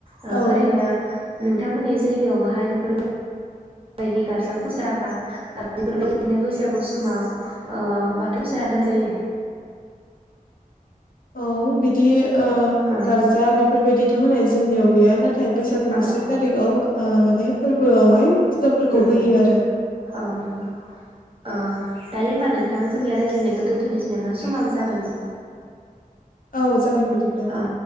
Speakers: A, on the right; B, on the left.
A: ओ
B: औ
A: ओरैनो नोंथांमोननि जायगायावबोहाय बेफोर बायदि गार्जा फुजा बा बेफोरबायदिनो बैसागु समाव ओ बाथौ फुजा होनाय जायो ना?
B: औ बिदि ओ
A: ओं
B: गारजा बेफोरबायदिथ' होनाय जोंनिव गैया। ना थाय बैसागुनि
A: औ
B: से थारिखआव ओ माने फोर्बोआवहाय फेजाफोरखौ
A: उम
B: होयो आरो।
A: औ नंगौ ओ दायो होमबा नोंथां जोंनिया रायज्लायनायखौ दोन्थ'नोसै नामा समाबो जाबायमोन।
B: औ जागोन बिदिब्ला
A: औ
B: दे।